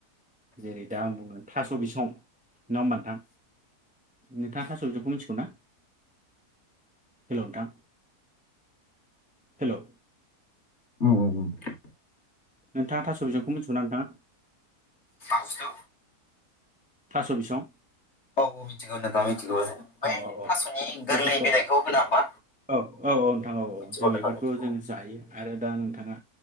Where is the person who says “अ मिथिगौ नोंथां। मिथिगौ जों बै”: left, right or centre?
Left